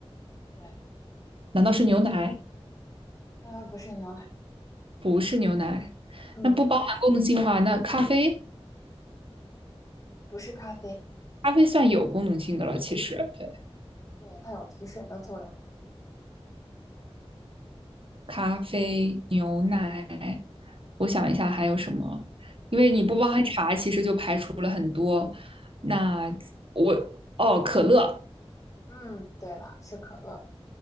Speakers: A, on the left (about 35°); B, on the right (about 60°).
A: 对，
B: 难道是牛奶？
A: 呃，不是牛奶，
B: 不是牛奶，
A: 嗯
B: 那不包含功能性的话，那咖啡，
A: 嗯，不是咖啡，
B: 咖啡算有功能性的了。其实，对，
A: 对，它有提神的作用嘛。
B: 咖啡、牛奶，我想一下还有什么，因为你不包含茶，
A: 嗯
B: 其实就排除了很多。那我哦，可乐
A: 嗯，对了，是可乐，